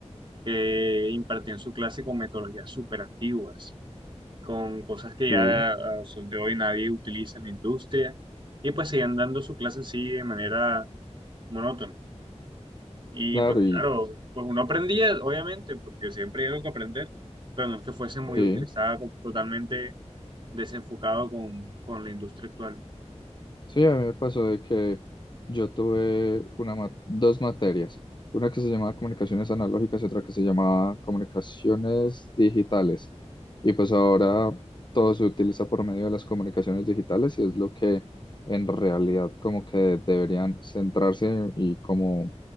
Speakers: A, on the right; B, on the left.
A: que impartían su clase con metodologías súper antiguas, con cosas que
B: Sí,
A: ya a sol de hoy nadie utiliza en la industria, y pues seguían dando su clase así de manera monótona. Y
B: claro,
A: pues claro,
B: y
A: pues uno aprendía, obviamente, porque siempre hay algo que aprender, pero no es que fuese muy
B: sí.
A: útil utilizada totalmente desenfocado con, con la industria actual.
B: Sí, a mí me pasó de que yo tuve una ma- dos materias, una que se llamaba comunicaciones analógicas y otra que se llamaba comunicaciones digitales. Y pues ahora todo se utiliza por medio de las comunicaciones digitales y es lo que en realidad como que deberían centrarse y como